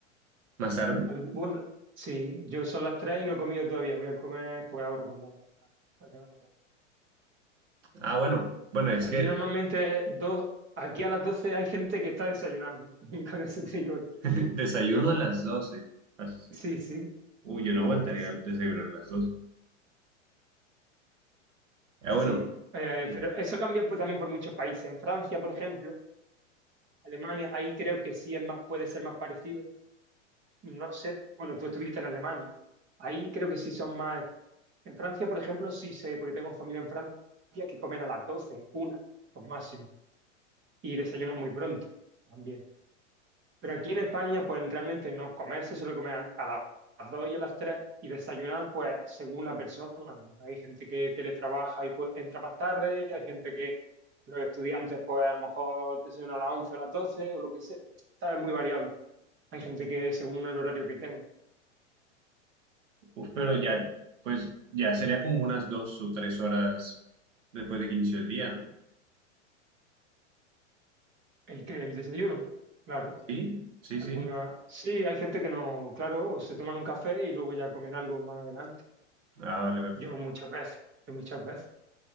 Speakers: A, on the right; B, on the right.
A: ¿Más tarde?
B: Algu- Bueno, sí, yo son las 3 y no he comido todavía, voy a comer pues ahora cuando acabemos de hablar.
A: Ah, bueno, bueno, es
B: Aquí
A: que
B: normalmente dos, aquí a las 12 hay gente que está desayunando, <laughs> con eso te digo todo.
A: <laughs> desayuno
B: Pero
A: a las doce. As-
B: sí, sí,
A: Uy, yo no aguantaría
B: sí, sí.
A: desayunar a las doce. Ah,
B: Sí,
A: bueno,
B: eh,
A: eh,
B: pero eso cambia pues, también por muchos países. En Francia, por ejemplo, Alemania, ahí creo que sí es más, puede ser más parecido. No sé, bueno, tú estuviste en Alemania. Ahí creo que sí son más. En Francia, por ejemplo, sí sé, porque tengo familia en Francia que comen a las 12, una, como máximo, y desayunan muy pronto también. Pero aquí en España, pues realmente no, comer se suele comer a la- a las 2 y a las 3 y desayunar, pues según la persona. Hay gente que teletrabaja y pues, entra más tarde, hay gente que los estudiantes, pues a lo mejor desayunan a las 11 o a las 12 o lo que sea. Está muy variable. Hay gente que según el horario que tenga.
A: uf, pero ya, pues ya sería como unas dos o tres horas después de que inició el día, ¿no?
B: El que el desayuno, claro.
A: Sí, sí, sí.
B: Alguna, sí, hay gente que no, claro, o se toman un café y luego ya comen algo más adelante.
A: Ah, vale, vale.
B: Yo muchas veces, yo muchas veces.